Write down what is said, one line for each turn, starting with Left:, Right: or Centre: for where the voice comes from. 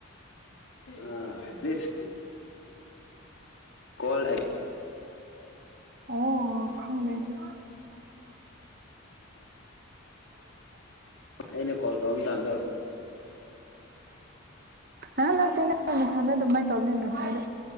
Left: ꯑ ꯄ꯭ꯂꯤꯁ ꯀꯣꯜ
Right: ꯑꯣ ꯈꯪꯗꯦꯑꯩꯁꯨ <inaudible>
Left: ꯑ
Right: <unintelligible>
Left: ꯑꯩꯅ ꯀꯣꯜ ꯇꯧ ꯃꯇꯝꯗꯣ
Right: ꯍꯥ ꯂꯥꯛꯇꯦꯅꯦꯊꯥꯗ ꯑꯗꯨꯃꯥꯏꯅ ꯇꯧꯕꯅꯤ ꯉꯁꯥꯏꯗꯣ